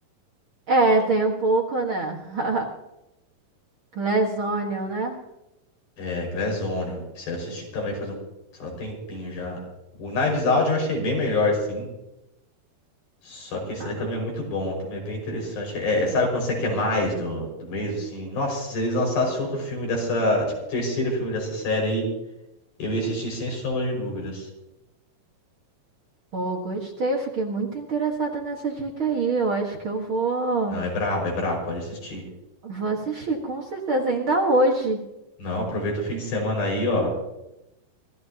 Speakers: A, on the right; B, on the left.
A: É, tem um pouco, né? <laughs> Glazonion, né?
B: É, Glass Onion. Isso aí eu assisti também faz um, faz um tempinho já. O Knives Out eu achei bem melhor, sim Só que esse
A: Ah,
B: daí também é muito bom, também é bem interessante. É, é, sabe quando você quer mais do, do mesmo, assim? Nossa, se eles lançassem outro filme dessa, tipo, o terceiro filme dessa série aí, eu ia assistir sem sombra de dúvidas.
A: pô, gostei. Eu fiquei muito interessada nessa dica aí. Eu acho que eu vou,
B: Não, é brabo, é brabo, pode assistir.
A: vou assistir, com certeza, ainda hoje.
B: Não, aproveita o fim de semana aí, ó.